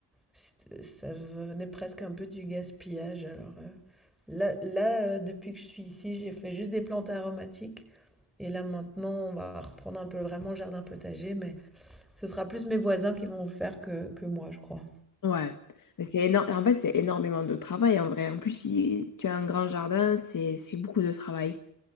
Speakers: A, in the centre; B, on the left (about 50°).
A: C'ét ça venait presque un peu du gaspillage alors, heu, là là, heu, depuis que je suis ici, j'ai fait juste des plantes aromatiques et là maintenant, on va reprendre un peu vraiment le jardin potager, mais ce sera plus mes voisins qui vont le faire que que moi, je crois.
B: Ouais, mais c'est énorme. En fait, c'est énormément de travail en vrai. En plus, si tu as un grand jardin, c'est c'est beaucoup de travail.